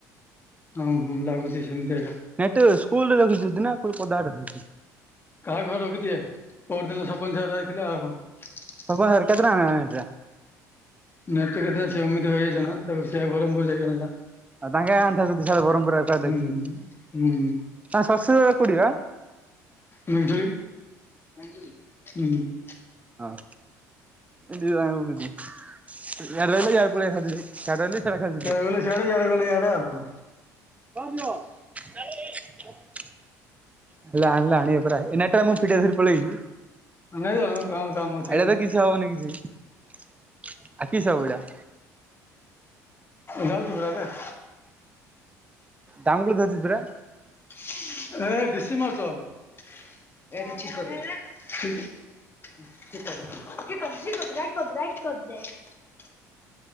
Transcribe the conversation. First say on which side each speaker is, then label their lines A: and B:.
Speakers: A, on the left (about 25°); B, on the right (about 15°).
A: ହୁଁ ହୁଁ ଲାଗୁଛି ସେମିତି ଏକା।
B: ନେଟ ସ୍କୁଲ ରେ ରଖିଛନ୍ତି ନା କୋଉ ଟି ପଦା ଆଡ଼େ ରଖିଚି
A: କାହା ଘର ରଖିଦିଏ ପରଦିନ ସରପଞ୍ଚ ରା ଯାଇଥିଲେ ଆଉ।
B: ସପନ ସାର୍ କେତେ ଟଙ୍କା ନେଲା ନେଟ୍ ଟା
A: ନେଟ୍ ପ୍ରୋବେ ସିଏ ମୁଁ ଯାଇଥିଲୁ ତାକୁ ସେ ବରଂପୁର୍ ଯାଇନହେଲା।
B: ଆଉ ତାଙ୍କେ ଆଣିଥାନ୍ତେ ଯଦି ସାର୍ ବ୍ରହ୍ମପୁରରେ
A: ହୁଁ
B: ଦେଖିକି।
A: ହୁଁ।
B: ତାଙ୍କ ଶ୍ୱଶୁର କୋଉଠି ବା
A: <unintelligible> ହୁଁ।
B: ହଁ। ଦି ଭାଇ ଙ୍କ ବୁଜି। ଇଆଡେ ରହିଲେ ଇଆଡେ ପଳେଇ ଆଉଛନ୍ତି, ସିଆଡେ ରହିଲେ ସିଆଡେ ଖାଉଛନ୍ତି।
A: ଗଲେ ସିଆଡେ
B: କୁଆଡେ
A: ଇଆଡେ ଗଲେ ଇଆଡେ ଆଉ
B: ଯିବ? <inaudible> ହେଲା ଆଣିିବେ ପରା ଏ ନେଟ ଟା ମୁଁ ଫିଟେଇ ଧରି ପଳେଆଇଛି।
A: ନାଇଁ ଯାଉନୁ
B: ଏଇଟା
A: କାମ କାମ ଅଛି ଆମର
B: ତ କିଛି ହବନି କିଛି ଆଉ କି ସ ହବ ଏଇଟା।
A: ଯାଉଛୁ ପରା ଏବେ।
B: ଦାମୁକୋଳି ଧରିଛି ପରା।
A: <unintelligible> ଠିକ୍ କଥା।